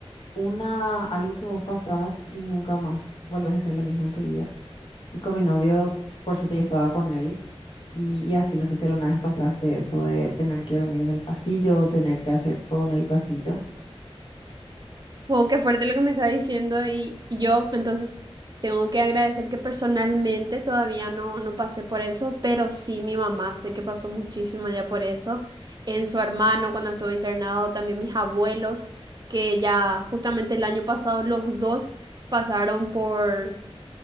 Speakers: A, on the left (about 55°); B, on the right (about 40°).
A: una, algo que vos pasás y nunca más volvés a hacer lo mismo en tu vida. Y con mi novio, por suerte yo estaba con él. Y, y así, no sé si alguna vez pasaste eso de tener que dormir en el pasillo, tener que hacer todo en el pasillo.
B: wow, qué fuerte lo que me está diciendo y, y yo entonces tengo que agradecer que personalmente todavía no, no pasé por eso, pero sí mi mamá sé que pasó muchísimo ya por eso. En su hermano cuando estuvo internado, también mis abuelos, que ya justamente el año pasado los dos pasaron por